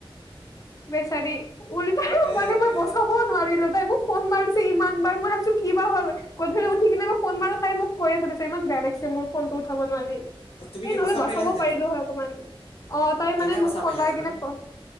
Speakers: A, on the left; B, on the left.
A: বেচাৰি উলতা ও
B: এ
A: মানে
B: ৰে
A: বচাবও নোৱাৰিলো তাই মোক ফোন মাৰিছে ইমান বাৰ মই ভাবিছো কি বা হ'ল, গধূলি উঠি কিনে মোক ফোন মাৰো তাই মোক কয়ে থৈ দিছে ইমান বেয়া লাগিছে মোৰ ফোনটো উঠাব নোৱাৰি।
B: অ তুমি
A: সেই
B: কি
A: নহ'লে বচাব
B: পাৰিলাহেঁতেন
A: পাৰিলো
B: নেকি?
A: হয় অকমান অ', তাই
B: কেনেকে
A: মানে
B: বচাব
A: মোক ফোন
B: পাৰিলাহেঁতেন
A: লগাই কিনে
B: মানে
A: ক